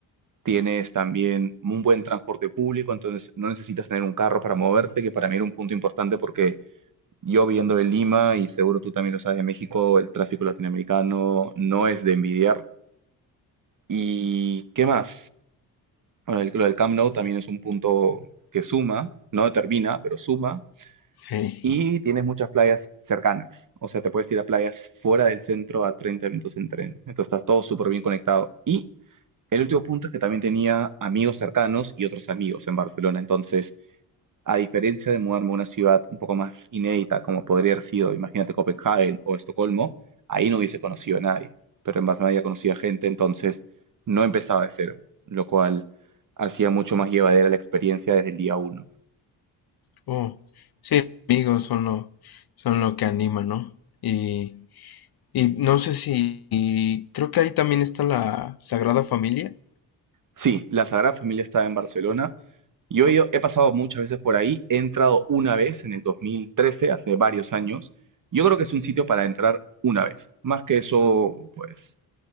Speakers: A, on the right; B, on the left.
A: Tienes también un buen transporte público, entonces no necesitas tener un carro para moverte, que para mí era un punto importante porque yo viendo de Lima, y seguro tú también lo sabes de México, el tráfico latinoamericano no es de envidiar. ¿Y qué más? Bueno, el- lo del Camp Nou también es un punto que suma, no determina, pero suma.
B: sí.
A: Y tienes muchas playas cercanas, o sea, te puedes ir a playas fuera del centro a 30 minutos en tren. Entonces está todo súper bien conectado. Y El último punto es que también tenía amigos cercanos y otros amigos en Barcelona. Entonces, a diferencia de mudarme a una ciudad un poco más inédita, como podría haber sido, imagínate, Copenhague o Estocolmo, ahí no hubiese conocido a nadie. Pero en Barcelona ya conocía gente, entonces no empezaba de cero, lo cual hacía mucho más llevadera la experiencia desde el día uno.
B: Oh, amigos son lo, son lo que anima, ¿no? Y, y no sé si, y creo que ahí también está la Sagrada Familia.
A: Sí, la Sagrada Familia estaba en Barcelona, Yo he he pasado muchas veces por ahí, he entrado una vez en el 2013, hace varios años. Yo creo que es un sitio para entrar una vez. Más que eso, pues